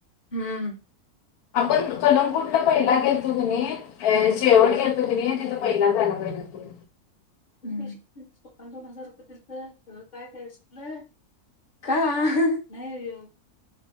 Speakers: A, on the left; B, on the left.
A: हम्म.
B: ह <inaudible> आपण कलकूटला पहिला घेतो की नाही शेवट घेतो की नाही तिथं पहिला जायला पाहिलं तु,
A: दोन हजार रुपये दि सगळं काय करायचं आपलं. ह नाही.